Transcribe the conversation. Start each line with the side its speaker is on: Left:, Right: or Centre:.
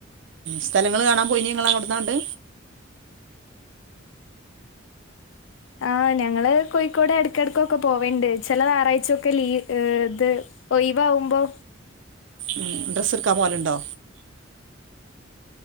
Right: സ്ഥലങ്ങള് കാണാൻ പോയീന്നേ ഞള് അവട്ന്നാണ്ട്.
Left: ആ ഞങ്ങള് കോഴിക്കോട് എടക്കെടക്കൊക്കെ പോവെണ്ട് ചെല ഞാറായ്ച്ചൊക്കെ ലീ അ് ത്. ഒയിവിവുമ്പോ.
Right: ഉം ഡ്രസ്സ് എട്ക്കാൻ പോവലുണ്ടോ.